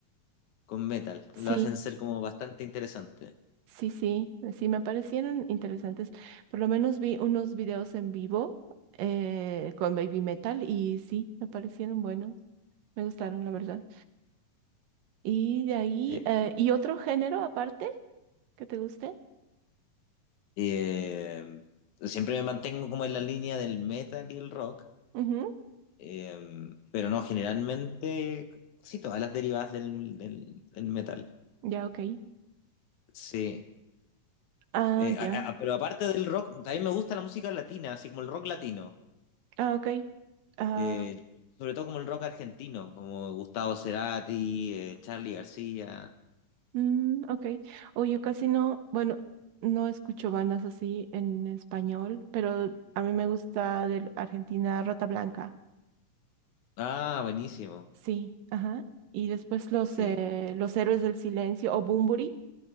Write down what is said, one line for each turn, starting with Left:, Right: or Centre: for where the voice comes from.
Left: con metal.
Right: Sí,
Left: Lo hacen ser como bastante interesante.
Right: sí, sí, sí, me parecieron interesantes. Por lo menos vi unos videos en vivo eh, con Baby Metal y sí, me parecieron buenos. Me gustaron, la verdad. Y de ahí,
Left: ¿sí?
Right: eh, ¿y otro género aparte que te guste?
Left: Eh, siempre me mantengo como en la línea del metal y el rock,
Right: Ujú,
Left: eh, pero no, generalmente sí, todas las derivadas del, del- del metal.
Right: Ya, ok.
Left: Sí.
Right: Ah,
Left: Eh, a-
Right: ya.
Left: a- pero aparte del rock, también me gusta la música latina, así como el rock latino.
Right: Ah, ok. Ah,
Left: eh, sobre todo como el rock argentino, como Gustavo Cerati, eh, Charly García.
Right: Mm, ok. O yo casi no, bueno, no escucho bandas así en español, pero a mí me gusta de Argentina Rata Blanca.
Left: Ah, buenísimo.
Right: Sí, ajá. Y después los,
Left: Sí.
Right: eh, los Héroes del Silencio o Bunbury,